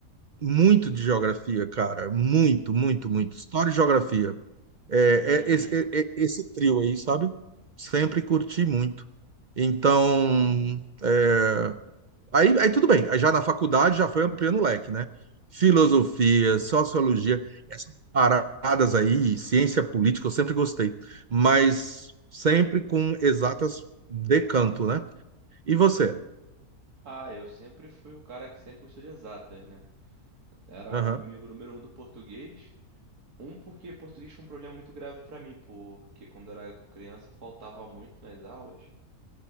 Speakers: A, on the right; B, on the right.
A: muito de geografia, cara. Muito, muito, muito. História e geografia. É,
B: Uhum.
A: é esse, é- é esse trio aí, sabe? Sempre curti muito. Então, é, Aí, aí tudo bem, aí já na faculdade já foi ampliando o leque, né? Filosofia, sociologia, essas paradas aí, ciência política, eu sempre gostei, mas sempre com exatas decanto, né? E você?
B: Ah, eu sempre fui o cara que sempre gostou de exatas, né? Era
A: Aham.
B: o inimigo número um do português. Um, porque português foi um problema muito grave pra mim, porque quando eu era criança eu faltava muito nas aulas,